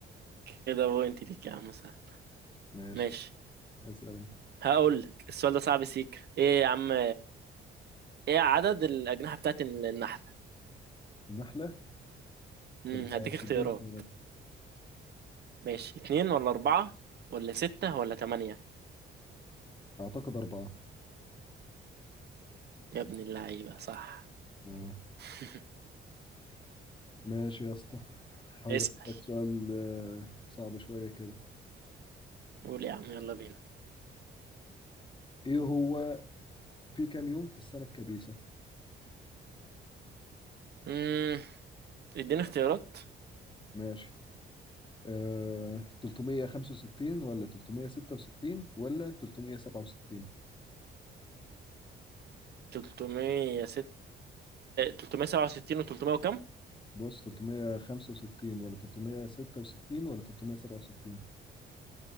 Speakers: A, on the right (about 55°); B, on the left (about 25°).
A: كده بوينت ليك يا عم سهل
B: ماشي
A: ماشي
B: اسأل انت
A: هقول لك السؤال ده صعب سيك ايه يا عم ايه عدد الاجنحه بتاعت النحله
B: النحلة
A: امم
B: طب
A: هديك اختيارات
B: تديني اختيارات
A: ماشي اتنين ولا اربعه ولا ستة ولا تمانية
B: اعتقد اربعة
A: يا ابن اللعيبة صح
B: آه.
A: <laughs>
B: ماشي يا اسطى حاول
A: اسأل
B: اسالك سؤال آه، صعب شويه كده
A: قول يا عم يلا بينا
B: ايه هو في كام يوم في السنه الكبيسه
A: امم اديني اختيارات
B: ماشي آه، 365 ولا 366 ولا 367
A: 306 367 و300 وكم
B: بص 365 ولا 366 ولا 367